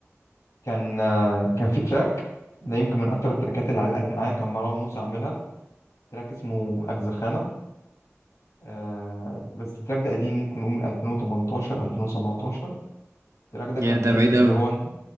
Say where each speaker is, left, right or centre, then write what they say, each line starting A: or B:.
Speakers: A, on the left; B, on the right.
A: كان آه، كان في تراك ده يمكن من اكتر التراكات اللي علقت معايا كان مروان موسى عاملها تراك اسمه اجزخانه آه بس التراك ده قديم ممكن نقول من 2018 2017 التراك ده
B: يا
A: كان
B: ده
A: بيحكي
B: بعيد أوي
A: اللي هو انت